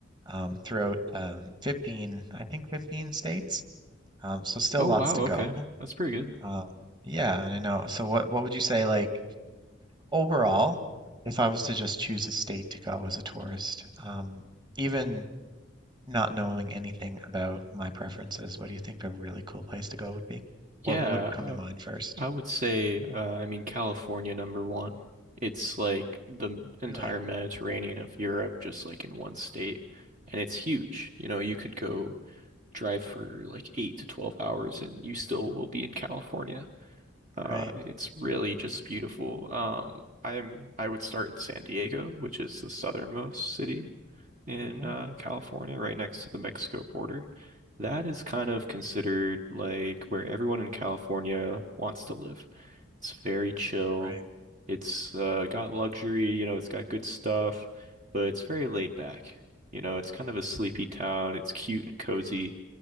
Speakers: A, on the right; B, on the right.
A: um, throughout um, 15, I think 15 states. Um, so still
B: Oh
A: lots
B: wow.
A: to
B: Okay,
A: go.
B: that's pretty good.
A: Um, yeah, and I know. So what what would you say like overall, if I was to just choose a state to go as a tourist, um, even not knowing anything about my preferences, what do you think a really cool place to go would be? What
B: Yeah.
A: would come
B: Uh,
A: to mind first?
B: I would say, uh, I mean, California number one. It's like the entire
A: Really,
B: Mediterranean of Europe, just like in one state. And it's huge. You know, you could go drive for like eight to 12 hours and you still will be in California. Uh,
A: right?
B: it's really just beautiful. Um, I'm, I would start in San Diego, which is the southernmost city in
A: Mm-hmm.
B: uh, California, right next to the Mexico border. That is kind of considered like where everyone in California wants to live. It's very chill.
A: Right.
B: It's uh, got luxury, you know, it's got good stuff, but it's very laid back. You know, it's kind of a sleepy town. It's cute and cozy,